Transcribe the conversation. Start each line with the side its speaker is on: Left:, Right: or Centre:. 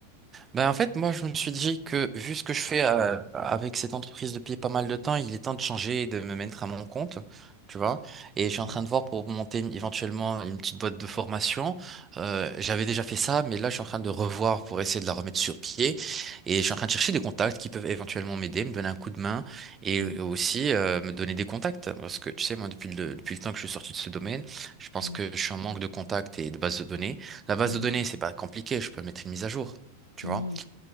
Right: Ben en fait, moi, je me suis dit que vu ce que je fais euh, avec cette entreprise depuis pas mal de temps, il est temps de changer et de me mettre à mon compte, tu vois. Et je suis en
Left: Hmm.
Right: train de voir pour monter une- éventuellement une petite boîte de formation. Euh, j'avais déjà fait ça, mais là, je suis en train de revoir pour essayer de la remettre sur pied. Et je suis en train de chercher des contacts qui peuvent éventuellement m'aider, me donner un coup de main et
Left: Mhm,
Right: aussi euh, me donner des contacts. Parce que, tu sais, moi, depuis le, depuis le temps que je suis sorti de ce domaine, je pense
Left: mhm,
Right: que je suis en manque de contacts et de bases de données. La base
Left: mhm,
Right: de données, c'est pas compliqué, je peux mettre une mise à jour. tu
Left: mhm.
Right: vois